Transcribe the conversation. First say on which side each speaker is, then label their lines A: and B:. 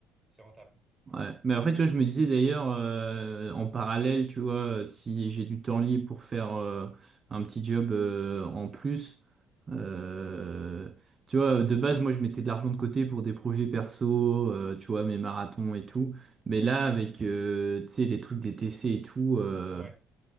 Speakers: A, on the right; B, on the right.
A: c'est rentable.
B: Ouais. Mais après, tu vois, je me disais d'ailleurs, euh, en parallèle, tu vois, si j'ai du temps libre pour faire euh, un petit job euh, en plus, euh, tu vois, de base, moi, je mettais de l'argent de côté pour des projets perso, euh, tu vois, mes marathons et tout. Mais là, avec, euh, tu sais, les trucs des TC et tout, euh,
A: Ouais.